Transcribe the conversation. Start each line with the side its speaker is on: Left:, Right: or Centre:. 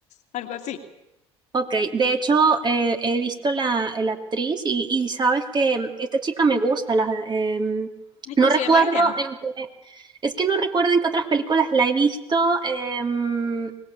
Left: algo así.
Right: Ok, de hecho eh, he visto la, eh, la actriz y, y sabes que mm, esta chica me gusta. la- em,
Left: Ay,
Right: no
Left: ¿Cómo
Right: recuerdo
Left: se llama ella?
Right: en qué, es que no recuerdo en qué otras películas la he visto. em, mm, eh,